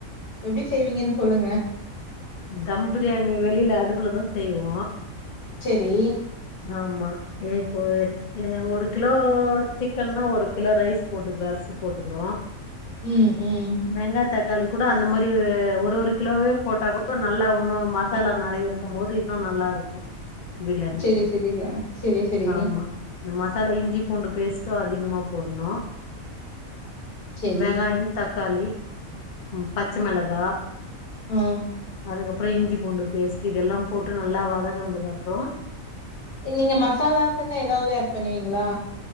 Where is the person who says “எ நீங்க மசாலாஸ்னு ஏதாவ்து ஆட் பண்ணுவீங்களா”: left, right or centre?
Left